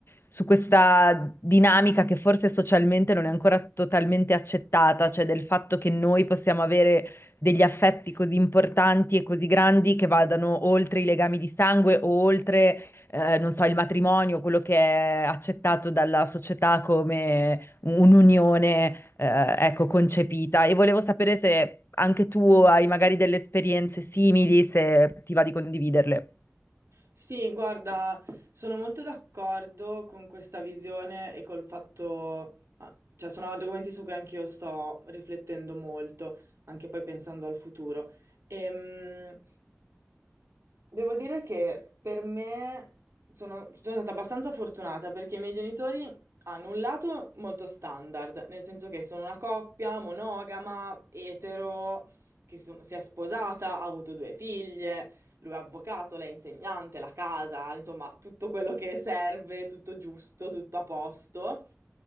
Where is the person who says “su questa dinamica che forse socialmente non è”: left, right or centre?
Left